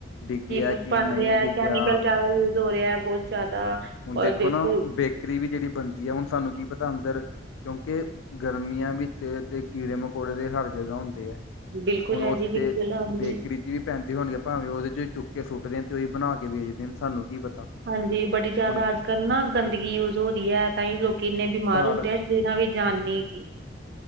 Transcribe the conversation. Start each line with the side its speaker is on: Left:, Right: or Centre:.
Left: ਡਿੱਗਿਆ
Right: ਕੀ ਕੁਛ ਬਨ
Left: ਨਹੀਂ
Right: ਰਿਹਾ,
Left: ਡਿੱਗਿਆ
Right: ਕੈਮੀਕਲ ਜਿਆਦਾ ਯੂਜ ਹੋ ਰਿਹਾ ਬਹੁਤ ਜ਼ਿਆਦਾ
Left: ਹੁਣ
Right: ਬਿਲਕੁਲ
Left: ਦੇਖੋ ਨਾ, ਬੇਕਰੀ ਵੀ ਜਿਹੜੀ ਬਣਦੀ ਆ, ਹੁਣ ਸਾਨੂੰ ਕੀ ਪਤਾ ਅੰਦਰ ਕਿਉਂਕਿ ਗਰਮੀਆਂ ਵਿੱਚ ਤੇ, ਕੀੜੇ ਮਕੌੜੇ ਦੇ ਹਰ ਜਗ੍ਹਾ ਹੁੰਦੇ ਆ
Right: ਬਿਲਕੁਲ
Left: ਹੁਣ
Right: ਹੈ
Left: ਉੱਥੇ,
Right: ਜੀ ਬਿਲਕੁਲ ਹਾਂਜੀ
Left: ਬੇਕਰੀ ਵੀ ਪੈਂਦੇ ਹੋਣਗੇ ਭਾਵੇਂ ਉਹਦੇ ਚ ਚੁੱਕ ਕੇ ਸੁੱਟਦੇ ਨੇ ਤੇ ਉਹੀ ਬਣਾ ਕੇ ਵੇਚਦੇ ਨੇ ਸਾਨੂੰ ਕੀ ਪਤਾ।
Right: ਹਾਂਜੀ ਬੜੀ ਜ਼ਿਆਦਾ
Left: ਹੁਣ
Right: ਅੱਜ ਕੱਲ੍ਹ ਨਾ ਗੰਦਗੀ ਯੂਜ ਹੋ ਰਹੀ ਐ ਤਾਂ ਹੀ ਲੋਕੀ ਇੰਨੇ ਬਿਮਾਰ
Left: ਘਰ
Right: ਹੁੰਦੇ ਆ ਸਰੀਰਾਂ ਵਿੱਚ ਜਾਨ ਨੀ ਹੈਗੀ।